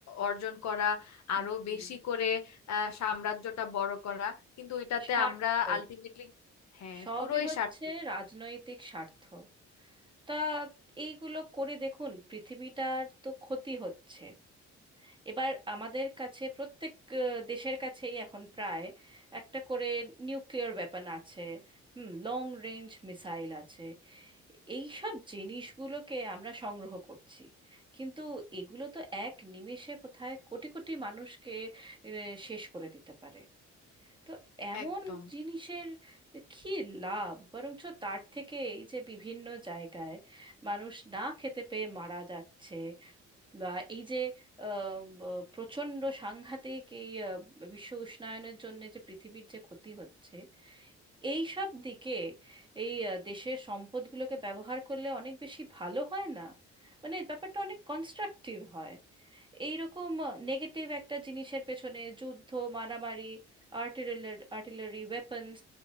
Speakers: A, on the left; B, on the right.
A: অর্জন করা
B: হুম
A: আরো বেশি করে আহ, সাম্রাজ্যটা বড় করা কিন্তু এটাতে
B: স্বার্থ
A: আমরা আলটিমেটলি হ্যাঁ
B: সবই
A: পুরোই
B: হচ্ছে
A: স্বার্থ
B: রাজনৈতিক স্বার্থ তা এইগুলো করে দেখুন পৃথিবীটার তো ক্ষতি হচ্ছে এবার আমাদের কাছে প্রত্যেক আহ, দেশের কাছেই এখন প্রায় একটা করে নিউক্লিয়ার ওয়েপন আছে হুম লং রেঞ্জ মিসাইল আছে এই সব জিনিসগুলোকে আমরা সংগ্রহ করছি কিন্তু এগুলো তো এক নিমেষে কোথায় কোটি কোটি মানুষকে আহ, শেষ করে দিতে পারে তো এমন
A: একদম
B: জিনিসের কি লাভ বরঞ্চ তার থেকে এই যে বিভিন্ন জায়গায় মানুষ না খেতে পেয়ে মারা যাচ্ছে বা এই যে আহ, ব- প্রচণ্ড সাংঘাতিক এই আহ, বিশ্ব উষ্ণায়নের জন্য যে পৃথিবীর যে ক্ষতি হচ্ছে এই সব দিকে এই আহ, দেশের সম্পদগুলোকে ব্যবহার করলে অনেক বেশি ভালো হয় না মানে এই ব্যাপারটা অনেক কনস্ট্রাকটিভ হয় এইরকম নেগেটিভ একটা জিনিসের পেছনে যুদ্ধ মারামারি আর্টিলারি আর্টিলারি ওয়েপন্স